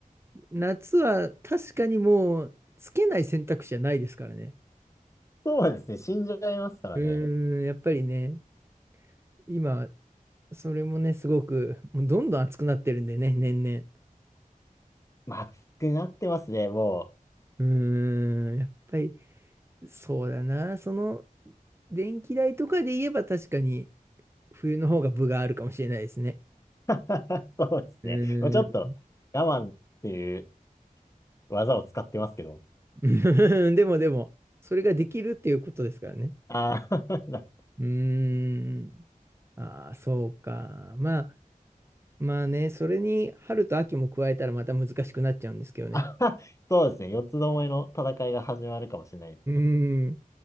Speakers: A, on the right; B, on the left.
A: 夏は確かにもうつけない選択肢じゃないですからね。
B: <laughs> そうですね、死んじゃいますからね。
A: うーん、やっぱりね、今、それもね、すごく、もうどんどん暑くなってるんでね、年々。
B: まあ、暑くなってますね、も
A: うーん、やっぱりそうだな。その、電気代とかで言えば確かに冬の方が分があるかもしれないですね。
B: う。<laughs> そうですね。
A: ー、
B: まあ、ちょっと、
A: う
B: 我慢っていう技を使ってますけど。
A: ーん <laughs> でもでも、それができるっていうことですからね。
B: ああ、<laughs>
A: うーん。ああ、そうか。まあ、まあね、それに春と秋も加えたらまた難しくなっちゃうんですけどね。
B: <laughs> あ、そうですね。四つどもえの戦いが始まるかもしれないですね。
A: うーん。